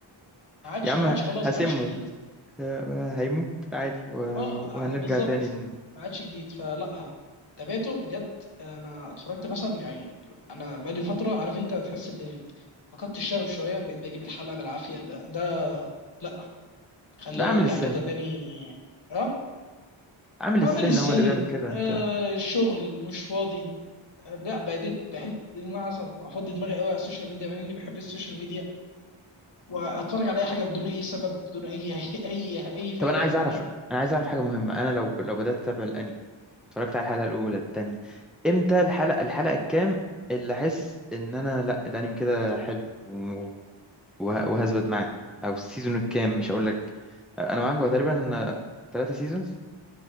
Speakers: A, on the left; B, in the centre.
A: ما عادش
B: يا عم
A: ما عادش
B: ه-
A: خلاص
B: هسمه
A: ما عادش جديد
B: آه، آه، هيموت عادي و-
A: اه
B: وهنرجع
A: بالظبط
B: تاني ل-
A: ما عادش جديد فلا تابعته بجد انا اتفرجت مثلا يعني انا بقالي فتره عارف انت تحس ان فقدت الشغف شويه بقيت بجيب الحلقه بالعافيه بقى ده لا خلينا
B: لا، اعمل
A: ارجع
B: السن
A: كده تاني اه
B: عامل
A: عمل
B: السن
A: السن
B: هو اللي بيعمل كده
A: آه
B: انت
A: شغل مش فاضي آه لا بديت بحس ان انا عايز افضي دماغي قوي على السوشيال ميديا مع اني بحب السوشيال ميديا واتفرج على اي حاجه بدون اي سبب بدون اي <laughs> اي اي فايده
B: طب انا عايز
A: في الدنيا
B: اعرف انا عايز اعرف حاجة مهمة انا لو لو بدأت اتابع الانمي اتفرجت على الحلقة الاولى التانية امتى الحلقة الحلقة الكام اللي احس ان انا لا الانمي كده حلو و- وه- وهثبت معاه او السيزون الكام مش هقول لك انا عارف هو تقريبا ثلاثة سيزونز